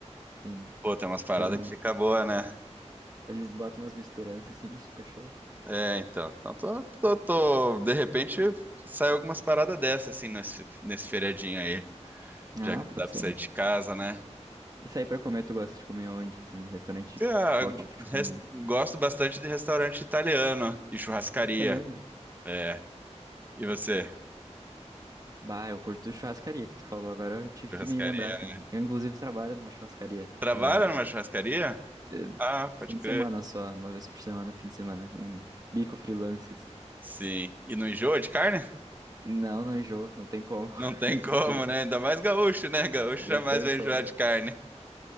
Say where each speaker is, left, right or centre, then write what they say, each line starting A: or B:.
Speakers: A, on the right; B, on the right.
A: Sim.
B: Pô, tem umas paradas
A: Fazer um...
B: que fica boa, né?
A: Eles botam umas misturanças assim, mas fica show.
B: É, então. Então, tô, tô, tô- de repente sai algumas paradas dessas, assim, nesse, nesse feriadinho aí,
A: Ah,
B: já que não
A: pode
B: dá pra
A: ser.
B: sair de casa, né?
A: E sair pra comer, tu gosta de comer onde, assim, em restaurante
B: Ah,
A: de qual tipo de comida?
B: res- gosto bastante de restaurante italiano e churrascaria.
A: Italiano.
B: É. E você?
A: Bah, eu curto churrascaria que tu falou, agora eu tive
B: Churrascaria.
A: que me lembrar também. Eu, inclusive, trabalho numa churrascaria.
B: Trabalha
A: ah,
B: numa churrascaria?
A: eh,
B: Ah, pode
A: fim de
B: crer.
A: semana só, uma vez por semana, fim de semana. Um bico freelance, assim.
B: Sim. E não enjoa de carne?
A: Não, não enjoo, não tem como. <laughs>
B: Não tem
A: É impossível.
B: como, né? Ainda mais gaúcho, né? Gaúcho
A: Não
B: jamais
A: tem
B: vai
A: como.
B: enjoar de carne.